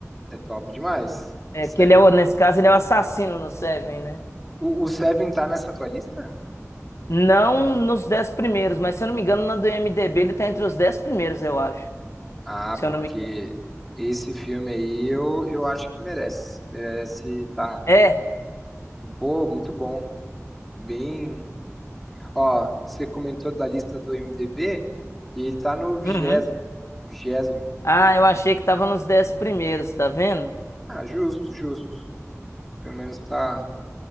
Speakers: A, in the centre; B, on the left.
A: é top demais.
B: É,
A: Seven.
B: que ele é, o- nesse caso, ele é o assassino no Seven, né?
A: O, o Seven tá nessa tua lista?
B: Não nos dez primeiros, mas se eu não me engano, na do IMDb ele tá entre os dez primeiros, eu acho.
A: Ah,
B: Se
A: porque
B: eu não me engano.
A: esse filme aí eu, eu acho que merece. Merece, tá.
B: É.
A: Pô, muito bom. Bem. Ó, você comentou da lista do IMDb e ele tá no vigésimo.
B: Uhum.
A: Vigésimo.
B: Ah, eu achei que tava nos dez primeiros, tá vendo?
A: Ah, justo, justo. Pelo menos tá